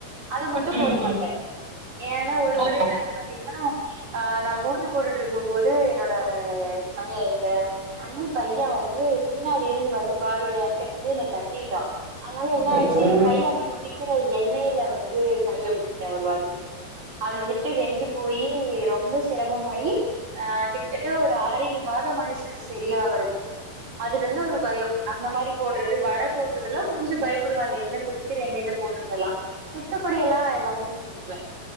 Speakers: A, on the right (about 50°); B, on the right (about 20°).
A: அத மட்டு
B: ம்,
A: போட மாட்டே ஏன்னா ஒரு
B: ஓ,
A: முறை வந்து பாத்திங்கன்னா ஆ நா பூரி பூரி போட்டுட்ருக்கும் போது என்னோட மை எங்க அண்ணி பைய வந்து பின்னாடி இருந்து வந்து பால் வெளையான்ட்டே வந்து என்ன தட்டிட்டா அதனால என்ன
B: ஓ
A: ஆயிடுச்சு எங் கை அந்த கொதிக்கிற எண்ணெயில வந்து கைய விட்டுட்டே ஒரு வாட்டி அத விட்டு வெந்து போயி ரொம்ப சிரமமாயி அ கிட்டத்தட்ட ஒரு ஆறேழு மாதமாயிருச்சு அது சரியாவறக்கே அதுல இருந்து ஒரு பய அந்த மாரி போடறது வடை போடறதெல்லா கொஞ்ச பயப்படுவே அந்த எண்ணெ கொதிக்கிற எண்ணெயில போடறதெல்லா மித்தபடியெல்லா எல்லாமே செஞ்சுக்குவ